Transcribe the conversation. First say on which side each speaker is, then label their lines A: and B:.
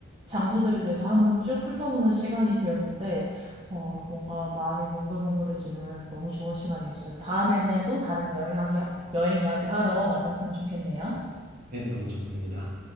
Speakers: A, on the right (about 25°); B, on the right (about 45°).
A: 장소들에 대해서 한번 쭉 훑어보는 시간이 되었는데, 어, 뭔가 마음이 몽글몽글해지는 너무 좋은 시간이었어요. 다음에는 또 다른 여행 여행 이야기 하러 만났으면 좋겠네요.
B: 네, 너무 좋습니다.